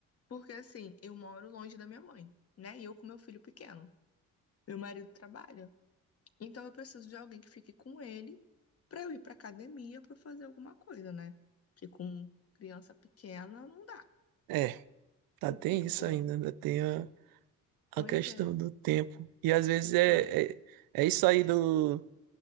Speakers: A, on the left (about 40°); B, on the right (about 75°).
A: Porque assim, eu moro longe da minha mãe, né? E eu com meu filho pequeno. Meu marido trabalha. Então eu preciso de alguém que fique com ele pra eu ir pra academia pra eu fazer alguma coisa, né? Que com criança pequena não dá.
B: É, tá, tem
A: O tempo
B: isso ainda,
A: é.
B: ainda tem a,
A: Pois
B: a questão
A: é.
B: do tempo. E às vezes é,
A: Por
B: é, é isso aí do,